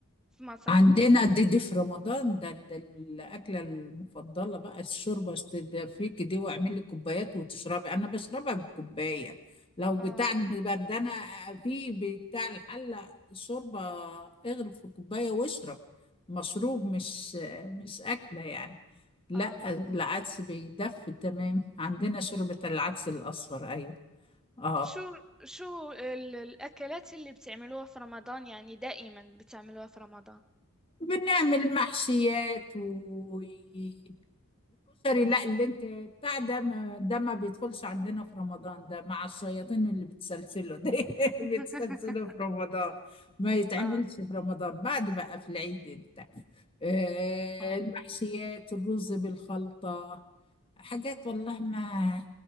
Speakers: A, in the centre; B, on the left.
A: في مصر
B: عندنا دي دي في رمضان ده, ده الأكلة المفضلة بقى الشوربة تدفيك دي واعمل لي كوبايات وتشربي أنا بشربها بالكوباية لو بتاع
A: اه
B: البردانة في بتاع الحلة شوربة اغرف في كوباية واشرب مشروب مش مش أكلة يعني لا
A: اه
B: العدس بيدفي تمام عندنا شوربة العدس الأصفر أيوه اه
A: شو شو ال- الأكلات اللي بتعملوها في رمضان يعني دائما بتعملوها في رمضان
B: بنعمل محشيات والكشري لا اللي انت بتاع ده ما ده ما بيدخلش عندنا في رمضان ده مع الشياطين اللي بتسلسله ده
A: <laughs>
B: <laughs> بتسلسله في رمضان ما يتعملش
A: آه
B: في رمضان بعد بقى في العيد انت آه،
A: آه
B: المحشيات الرز بالخلطة حاجات والله ما